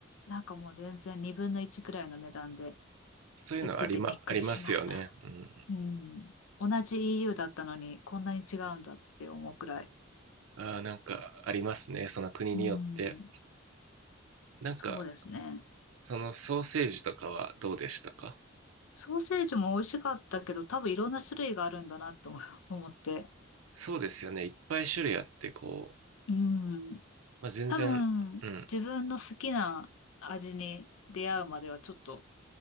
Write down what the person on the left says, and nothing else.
なんかもう全然2分の1くらいの値段で
売っててびっくりしました。
うん。同じ EU だったのにこんなに違うんだって思うくらい。
うん。
そうですね。
ソーセージも美味しかったけど、多分いろんな種類があるんだなって思 <laughs> 思って。
うん。
多分、
自分の好きな味に出会うまではちょっと